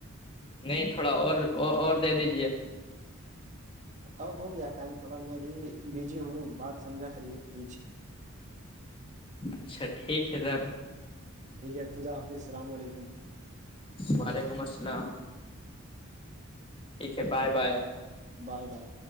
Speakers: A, on the left (about 25°); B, on the right (about 35°).
A: نہیں تھوڑا اور اور دے دیجیے
B: ا ہو گیا ٹائم تھوڑا میں بھی بزی ہوں بات سمجھا کریے پلیز
A: اچھا ٹھیک ہے تب
B: ٹھیک ہے خد حافظسلام علیکم
A: وعلیکم السلام ٹھیک ہے بائے بائے
B: بائے بائے